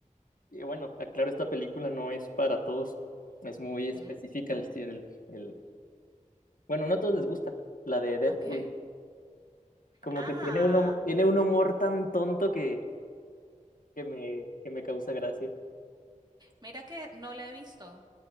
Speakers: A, on the left; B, on the right.
A: Y bueno, aclaro, esta película no es para todos. Es muy específica
B: ¿Mm?
A: el, si, el, el- Bueno, no a todos les gusta, la de Deadpool.
B: Ok.
A: Como
B: Ah,
A: que tiene un, hum- tiene un humor tan tonto que, que me, que me causa gracia.
B: mira que no la he visto.